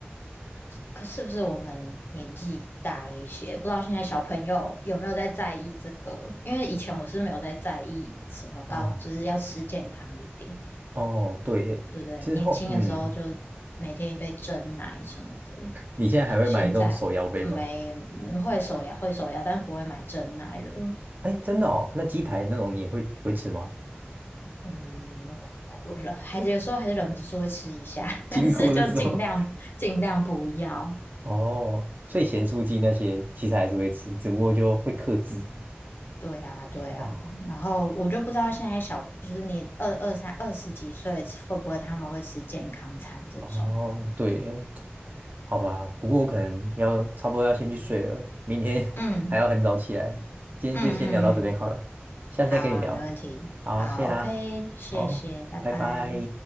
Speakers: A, on the left (about 60°); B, on the right (about 45°).
A: 可是不是我们年纪大了一些，不知道现在小朋友有没有在在意这个？因为以前我是没有在在意什么高，
B: 哦
A: 就是要吃健康一点，
B: 哦，对耶，
A: 对不对？
B: 之后嗯，
A: 年轻的时候就每天一杯蒸奶什么的，
B: 你现在还会买这种手摇杯吗？
A: 现在没嗯会手摇会手摇，但不会买蒸奶了。
B: 哎，真的哦，那鸡排那种你也会会吃吗？
A: 嗯，哭了，还是有时候还是忍不住会吃一下，<laughs> 但是就尽量尽量不要。
B: 经过的时候。哦，所以咸酥鸡那些其实还是会吃，只不过就会克制。
A: 对啊，对啊，
B: 哦
A: 然后我就不知道现在小，就是你二二三二十几岁会不会他们会吃健康餐这种？
B: 哦，对耶，好吧，不过我可能要差不多要先去睡了，明天
A: 嗯
B: <laughs> 还要很早起来。今天就先聊到这边好了，
A: 嗯嗯嗯，
B: 下次再跟你聊。
A: 好啊，没问题，
B: 好，
A: 好，OK，
B: 谢啦，
A: 谢谢，
B: 好，
A: 拜拜。
B: 拜拜。